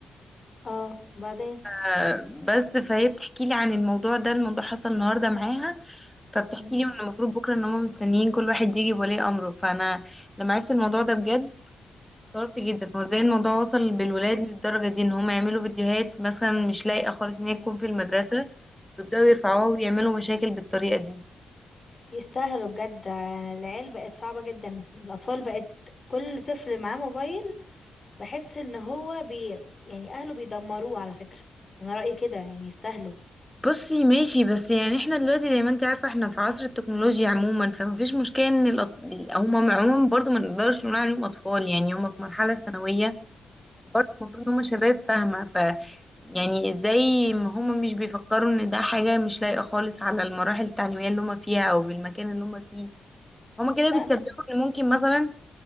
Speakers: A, on the left (about 35°); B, in the centre.
A: اه وبعدين
B: آه، بس فهي بتحكي لي عن الموضوع ده الموضوع حصل النهارده معاها فبتحكي
A: مم.
B: لي ان المفروض بكره ان هم مستنيين كل واحد يجي بولي امره فانا لما عرفت الموضوع ده بجد استغربت جدا هو ازاي الموضوع وصل بالولاد للدرجه دي ان هم يعملوا فيديوهات مثلا مش لايقه خالص ان هي تكون في المدرسه ويبداوا يرفعوها ويعملوا مشاكل بالطريقه دي
A: يستاهلوا بجد آه، العيال بقت صعبة جدا الأطفال بقت كل طفل معاه موبايل بحس ان هو بي يعني أهله بيدمروه على فكرة أنا رأيي كده يعني يستاهلوا
B: بصي ماشي بس يعني احنا دلوقتي زي ما انت عارفة احنا في عصر التكنولوجيا عموما فمفيش مشكلة ان الأط... هم عموما برضو ما نقدرش نقول عليهم اطفال يعني هم في مرحلة ثانوية برضو المفروض ان هم شباب فاهمة ف يعني ازاي ما هم مش بيفكروا ان ده حاجة مش لايقة خالص على المراحل التعليمية اللي هم فيها او بالمكان اللي هم فيه هم كده بيتسببوا
A: لا م...
B: ان ممكن مثلا